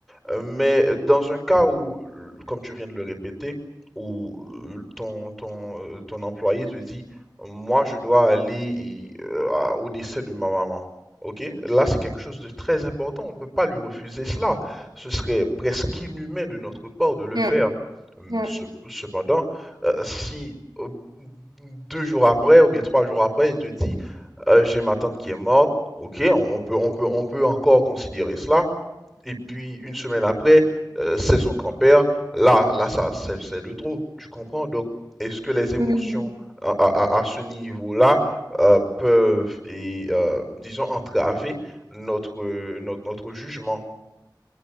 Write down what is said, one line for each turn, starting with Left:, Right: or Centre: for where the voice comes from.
Centre: Euh, mais dans un cas où, euh, comme tu viens de le répéter, où euh, ton, ton, euh, ton employé te dit, moi, je dois aller euh, à- au décès de ma maman. OK? Là, c'est quelque chose de très important. On ne peut pas lui refuser cela. Ce serait presque inhumain de notre part de le
Right: Mm,
Centre: faire. Hum,
Right: mm,
Centre: ce- Cependant, euh, si euh, deux jours après ou bien trois jours après, il te dit, euh, j'ai ma tante qui est morte, OK, on on peut, on peut, on peut encore considérer cela. Et puis une semaine après, euh, c'est son grand-père. Là, là, ça, c'est c'est de trop. Tu comprends? Donc, est-ce que les
Right: mm.
Centre: émotions à, à- à- ce niveau-là euh, peuvent, et, euh, disons, entraver notre, euh, notre, notre jugement?